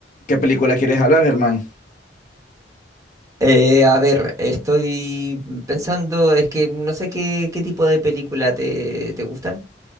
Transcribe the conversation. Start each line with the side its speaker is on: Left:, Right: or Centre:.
Left: ¿Qué película quieres hablar, Germán?
Right: Eh, a ver, estoy pensando, es que no sé qué, qué tipo de película te, te gustan.